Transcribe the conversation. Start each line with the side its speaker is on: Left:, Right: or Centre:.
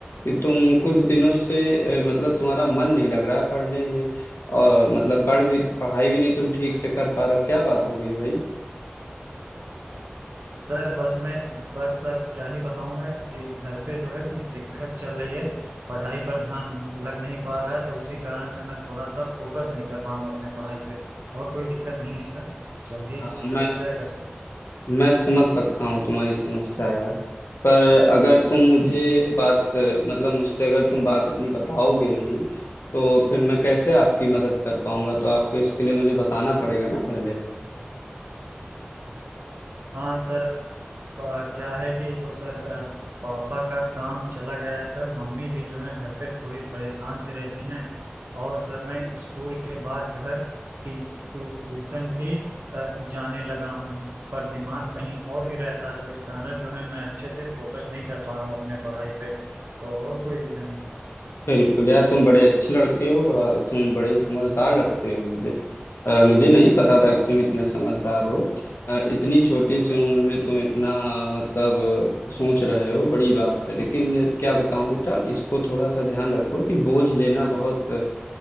Left: कि तुम कुछ दिनों से अ, मतलब तुम्हारा मन नहीं लग रहा है पढ़ने में और मतलब पढ़ भी पढ़ाई भी नहीं तुम ठीक से कर पा रहे हो क्या बात हो गई भाई
Right: सर बस मैं बस सर क्या ही बताऊं मैं कि घर पे जो है कुछ दिक्कत चल रही है पढ़ाई पर ध्यान लग नहीं पा रहा है तो उसी कारण से मैं थोड़ा सा फोकस नहीं कर पा रहा हूँ अपने पढ़ाई पे और कोई दिक्कत नहीं है सर जल्दी
Left: हाँ
Right: सही
Left: मैं
Right: हो जाएगा सर
Left: मैं समझ सकता हूँ तुम्हारी समस्या यार पर अगर तुम मुझे बात मतलब मुझसे अगर तुम बात अपनी बताओगे नहीं तो फिर मैं कैसे आपकी मदद कर पाऊंगा तो आपको इसके लिए मुझे बताना पड़ेगा ना पहले
Right: हाँ सर अ, क्या है कि जो सर अ, पापा का काम चला गया है सर मम्मी भी जो है घर पे थोड़ी परेशान सी रहती हैं और सर मैं स्कूल के बाद जो है टी टू- ट्यूशन भी अ, जाने लगा हूँ पर दिमाग कहीं और ही रहता है, तो इस कारण जो है मैं अच्छे से फोकस नहीं कर पा रहा हूँ अपने पढ़ाई पे तो और कोई रीजन नहीं है सर
Left: बिल्कुल यार तुम बड़े अच्छे लड़के हो बड़ा तुम बड़े समझदार लगते हो मुझे अ, मुझे नहीं पता था कि तुम इतने समझदार हो अ, इतनी छोटी सी उम्र में तुम इतना मतलब सोच रहे हो बड़ी बात है लेकिन क्या बताऊं बेटा इसको थोड़ा सा ध्यान रखो कि बोझ लेना बहुत अ,